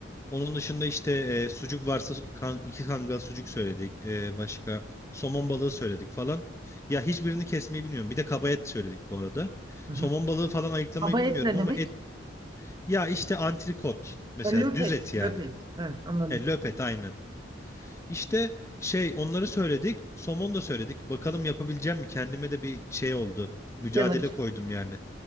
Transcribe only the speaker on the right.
Hı
hı.
Kaba
et ne
demek?
E, löp
et.
Löp et. He, anladım.
Challenge.